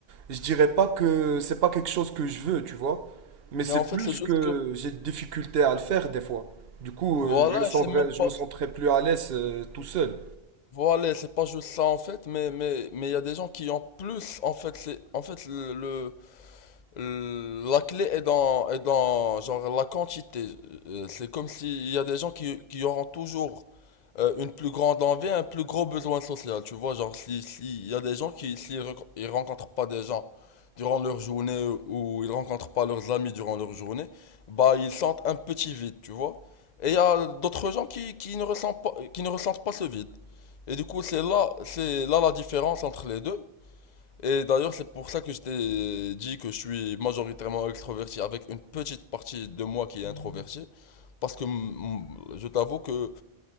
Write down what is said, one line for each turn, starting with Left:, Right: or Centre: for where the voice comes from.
Right: je dirais pas que c'est pas quelque chose que je veux, tu vois. Mais
Left: Mais
Right: c'est
Left: en fait,
Right: plus
Left: c'est juste
Right: que
Left: que.
Right: j'ai des difficultés à le faire des fois. Du coup,
Left: Voilà,
Right: euh, je me sentirais,
Left: et c'est même
Right: je
Left: pas.
Right: me sentirais plus à l'aise euh, tout seul.
Left: Voilà, c'est pas juste ça en fait, mais mais mais il y a des gens qui ont plus en fait c'est en fait le, le- le- la clé est dans est dans genre la quantité. Euh, C'est comme s'il y a des gens qui qui auront toujours euh, une plus grande envie, un plus gros besoin social, tu vois, genre si si il y a des gens qui s'ils rec- ils rencontrent pas des gens durant leur journée ou ils rencontrent pas leurs amis durant leur journée, bah ils sentent un petit vide, tu vois. Et il y a d'autres gens qui qui ne ressentent pas qui ne ressentent pas ce vide. Et du coup, c'est là, c'est là la différence entre les deux. Et d'ailleurs, c'est pour ça que je t'ai dit que je suis majoritairement extroverti avec une petite partie de moi qui est introverti. Parce que mm, je t'avoue que